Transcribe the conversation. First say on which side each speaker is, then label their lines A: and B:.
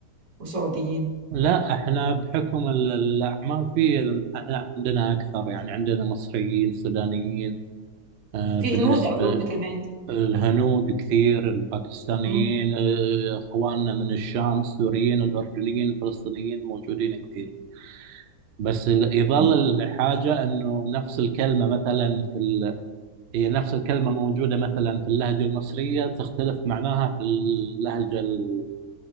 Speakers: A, on the right; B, on the right.
A: وسعوديين
B: لا، احنا بحكم ال- الاعمال في احنا عندنا اكثر يعني عندنا مصريين سودانيين آه،
A: في
B: بالنسبه
A: هنود اظن كمان
B: الهنود كثير الباكستانيين
A: مم.
B: آه، اخواننا من الشام السوريين الاردنيين الفلسطينيين موجودين كثير بس ال- يظل
A: مم.
B: الحاجه انه نفس الكلمه مثلا في ال... هي نفس الكلمه موجوده مثلا في اللهجه المصريه تختلف معناها في اللهجه ال-